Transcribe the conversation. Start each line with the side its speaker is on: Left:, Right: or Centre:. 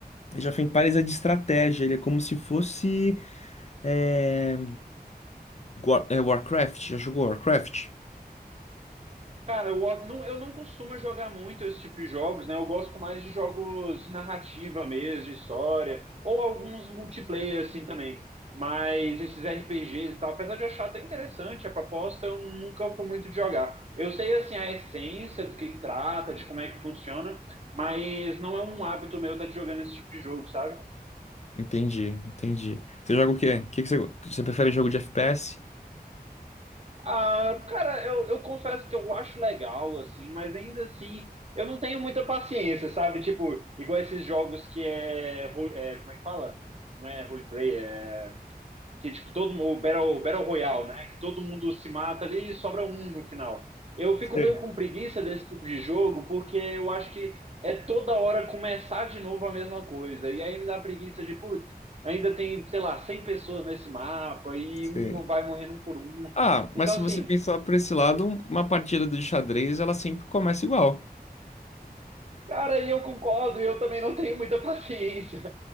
Left: Age of Empires é de estratégia, ele é como se fosse é, War- é, Warcraft. Já jogou Warcraft?
Right: Cara, eu não, eu não costumo jogar muito esse tipo de jogos, né? Eu gosto mais de jogos de narrativa mesmo, de história, ou alguns multiplayer assim também. Mas esses RPGs e tal, apesar de eu achar até interessante a proposta, eu nunca fui muito de jogar. Eu sei assim a essência do que que trata, de como é que funciona, mas não é um hábito meu estar jogando esse tipo de jogo, sabe?
Left: Entendi, entendi. Você joga o quê? O que que você, você prefere jogo de FPS?
Right: Ah, cara, eu, eu confesso que eu acho legal, assim, mas ainda assim eu não tenho muita paciência, sabe? Tipo, igual esses jogos que é, ro- é, como é que fala? Não é roleplay, é que tipo todo mundo, o Battle, Battle Royale, né? Que todo mundo se mata ali e sobra um no final. Eu fico
Left: Sim.
Right: meio com preguiça desse tipo de jogo porque eu acho que é toda hora começar de novo a mesma coisa. E aí me dá preguiça de, putz, ainda tem, sei lá, 100 pessoas nesse mapa e
Left: Sim.
Right: uma vai morrendo um por um.
Left: Ah,
Right: Então,
Left: mas se
Right: assim,
Left: você pensar por esse lado, uma partida de xadrez, ela sempre começa igual.
Right: Cara, e eu concordo, eu também não tenho muita <laughs> paciência.